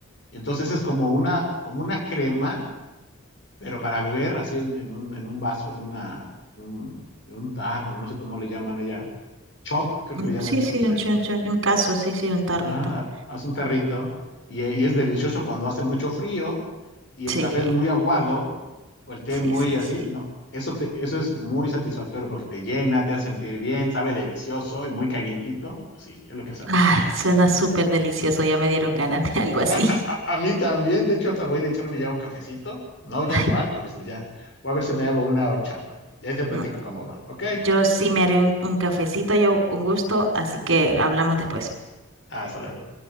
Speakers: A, on the left; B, on the right.
A: Entonces es como una, como una crema, pero para beber así en, en un, en un vaso, en, una, en, un, en un tarro, no sé cómo le llaman allá. Chop, creo
B: Un-
A: que le llaman
B: Sí,
A: chops
B: sí,
A: allá.
B: un chun chun, un caso, sí, sí, un tarrito.
A: Ajá, ha- haz un tarrito y, e- y es delicioso cuando hace mucho frío y el
B: Sí,
A: café es muy aguado o el té
B: sí,
A: muy
B: sí,
A: así.
B: sí.
A: No, eso, te- eso es muy satisfactorio porque te llena, te hace sentir bien, sabe delicioso y muy calientito. Pues sí, es lo que hacemos.
B: Ay, suena súper delicioso, ya me dieron ganas de algo así.
A: A, a- a- a mí también, de hecho, hasta voy a ir a echarme ya un cafecito. No, ya
B: <laughs> Ay,
A: cuál cafecito, ya. Voy a ver si me hago una horchata. Ya te platico
B: no.
A: cómo va, ¿ok?
B: Yo sí me haré un, un cafecito, yo un gusto, así que hablamos después.
A: Hasta luego.